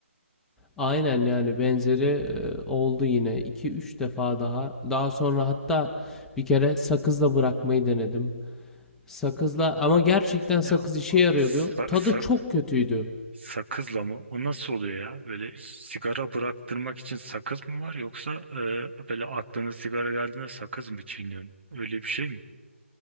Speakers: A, in the centre; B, on the right (about 55°).
A: Aynen yani benzeri e, oldu yine iki üç defa daha. Daha sonra hatta bir kere sakızla bırakmayı denedim. Sakızla ama gerçekten sakız
B: Ya
A: işe yarıyordu.
B: sa-
A: Tadı
B: sa-
A: çok kötüydü.
B: Sakızla mı? O nasıl oluyor ya? Böyle sigara bıraktırmak için sakız mı var yoksa e, böyle aklına sigara geldiğinde sakız mı çiğniyorsun? Öyle bir şey mi?